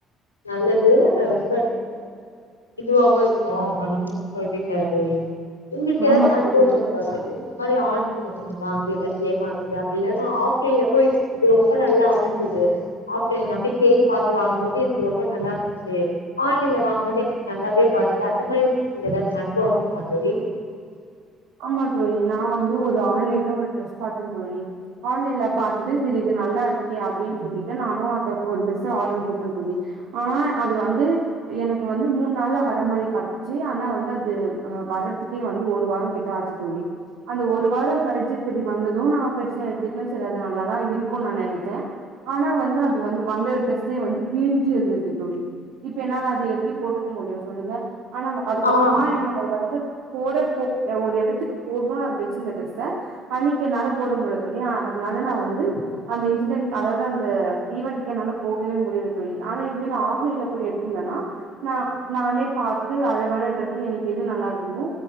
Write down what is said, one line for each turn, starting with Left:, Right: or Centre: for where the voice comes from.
Left: நல்லது ரொம்ப இதுவாவு இருக்கு அப்பிடி சொல்றீங்க தோழி உங்களுக்கு ஏதாச்சு
Right: ஆமா
Left: அனுபவோ
Right: தோழி.
Left: இருக்கா தோழி இந்த மாரி ஆன் இல்ல நீங்க வாங்கி ஏதாச்சு ஏமாந்தது அப்பிடில்லன் ஆப்லைன்ல போய் இந்த வருஷம் நல்லா அமஞ்சது ஆப்லைன்ல போய் தேடி பாத் வாங்கும் போது எனக்கு ரொம்ப நல்லா இருந்துச்சு ஆன்லைன்ல வாங்கபோது எனக் நல்லாவே வர்ல அந்த மாரி ஏதாச்சி அனுபவங்கள் கா தோழி
Right: ஆமா தோழி நா வந்து ஒரு ஆன்லைன்ல ஒரு ட்ரெஸ் பாத்தேன் தோழி ஆன்லைன்ல பாத்துட்டு சரி இது நல்லா இருக்கே அப்டின்னு சொல்லிட்டு நானும் அந்த ஒரு ட்ரெஸ் ஆர்டர் போட்டேன் தோழி ஆ அது வந்து எனக்கு வந்து மூணு நாள்ல வர மாரி காட்டு ச்சு ஆனா வந்து அது வறதுக்கே வந்து ஒரு வாரம் கிட் ஆச்சு தோழி அந்த ஒரு வாரம் கழிச்சு சரி வந்ததும் நா பெருசா எடுத்துக்கல சரி நல்லாதான் இருக்கும்னு நெனச்சேன் ஆனா வந்து அது வந்து கிழிஞ்சி இருந்துச்சு தோழி இப்ப என்னால அது எப்டி போட்டுக்க முடியும் சொல்லுங்க ஆனா அதுக்கப்பறமா
Left: ஆஹ்
Right: என்னா நா வந்து போட போ எடுத்துக்க போடணும்னு அது வச்சிருந்த ட்ரெஸ்ச அன்னக்கி என்னால போட முடில தோழி அதனால நா வந்து அந்த இன்சிடென்ட் அதாவது அந்த ஈவெண்ட் என்னால போகவே முடில தோழி ஆனா இதுவே ஆஃப்லைன்ல போய் எடுத்திருந்தேனா நானே பாத்து அழகான டிரெஸ்சு எது நல்லா இருக்குமோ